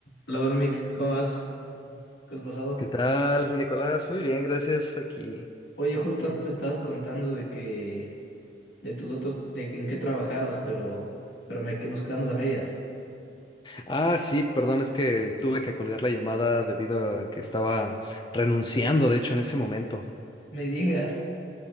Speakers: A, on the left (about 90°); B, on the left (about 25°).
A: Hola, Don Mick, ¿cómo vas? ¿Qué has pasado?
B: ¿Qué tal, Nicolás? Muy bien, gracias. Aquí.
A: Oye, justo antes me estabas contando de que, de tus otros, de en qué trabajabas, pero, pero me, que nos quedamos a medias.
B: Ah, sí, perdón, es que tuve que colgar la llamada debido a que estaba renunciando, de hecho, en ese momento.
A: Me digas,